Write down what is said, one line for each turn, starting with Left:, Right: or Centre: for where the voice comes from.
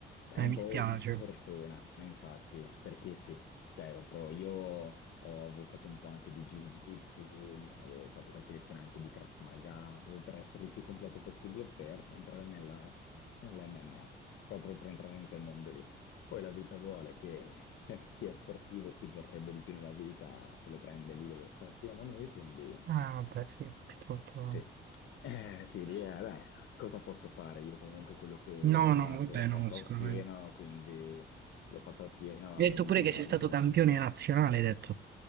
Left: è
Right: eh,
Left: un
Right: mi
Left: po'
Right: spiace.
Left: una sfortuna, infatti, perché sì. Cioè, proprio io ho- avevo fatto un po' anche di Jiu-Jitsu, avevo fatto qualche lezione anche di Krav Maga, proprio per essere il più completo possibile per entrare nella l'MMA, proprio per entrare in quel mondo lì. Poi la vita vuole che <laughs> eh, chi è sportivo e chi vorrebbe di più nella vita se lo prende lì dove sappiamo noi, quindi
Right: Ah, vabbè, sì, purtroppo.
Left: sì. Eh, sì, lì è, beh, cosa posso fare? Io comunque quello che
Right: No,
Left: ho fatto
Right: no, no, vabbè,
Left: l'ho fatto
Right: no, sicuramente.
Left: appieno, quindi l'ho fatto appieno,
Right: Mi hai
Left: quindi
Right: detto pure
Left: non
Right: che sei
Left: ho
Right: stato
Left: rimorso.
Right: campione nazionale, hai detto.